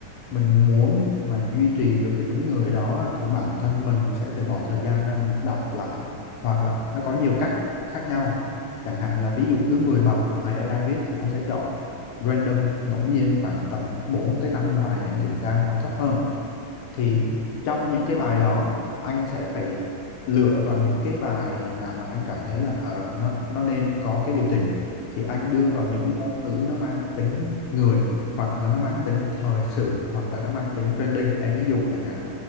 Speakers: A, on the left (about 75°); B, on the right (about 75°).
A: mình muốn mà duy trì được cái tính người đó thì bản thân mình sẽ phải bỏ thời gian ra mình đọc lại hoặc là nó có nhiều cách khác nhau
B: ừ,
A: chẳng hạn là ví dụ cứ 10 bài AI viết thì anh sẽ chọn random ngẫu nhiên khoảng tầm 4 tới 5 bài để anh kiểm tra hoặc thấp hơn thì
B: ừ,
A: trong những cái bài đó anh sẽ phải lựa vào những cái bài nào mà anh cảm thấy là ờ, nó nó nên có cái điều chỉnh thì anh
B: ừ,
A: đưa
B: ừ,
A: vào những ngôn ngữ nó mang tính người hoặc là nó mang
B: ừ.
A: tính thời sự hoặc là nó mang tính trending em ví dụ chẳng hạn